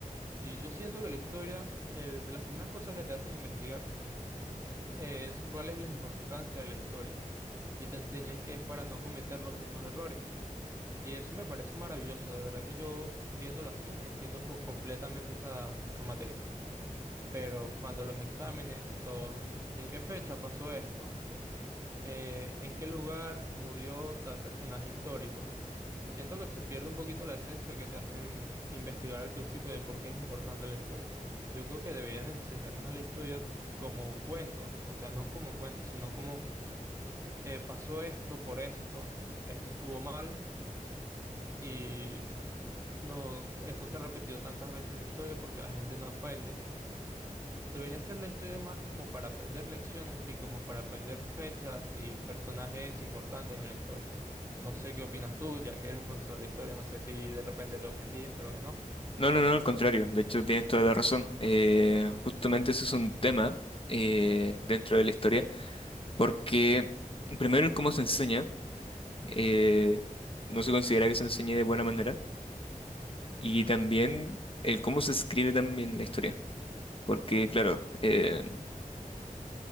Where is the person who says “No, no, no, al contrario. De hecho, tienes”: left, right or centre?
Left